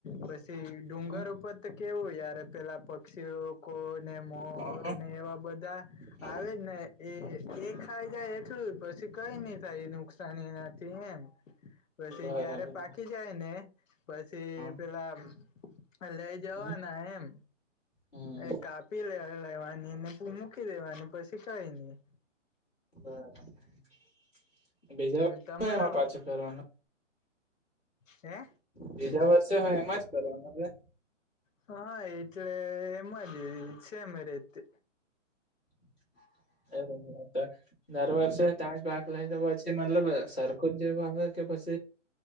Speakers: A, on the left; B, on the left.
A: પસી ડુંગર
B: હમ
A: ઉપર તો કેવું યાર, પેલા પક્ષી <unintelligible> મોરને
B: હા હા
A: એવા બધા
B: હા
A: આવે જ ને એ, એ ખાઈ જાય એટલું જ, પછી કઈ નઈ થાય નુકસાન એનાથી એમ પછી
B: બરાબર
A: જ્યારે પાકી જાય ને, પછી
B: હા
A: પેલા, લઈ જવાના
B: હમ
A: એમ
B: હમ
A: એ કાપી લે, લેવાનીને પુ મૂકી દેવાની પછી કઈ નઈ
B: <unintelligible>
A: હ તમારા
B: <inaudible> પાછું કરવાનું
A: હે!
B: બીજા વર્ષે હોય એમાં જ <unintelligible>
A: હા એટલે, એમાં જ, છેમ રીતે
B: <unintelligible> દર વર્ષે <unintelligible> પાક લઈ લેવો છ? મતલબ, સરખુ <unintelligible> કે પછ